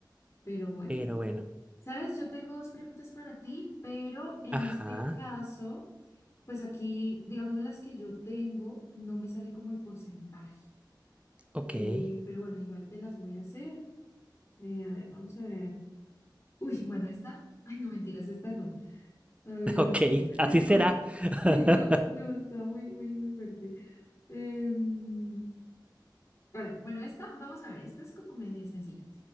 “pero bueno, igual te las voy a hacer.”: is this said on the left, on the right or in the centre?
Left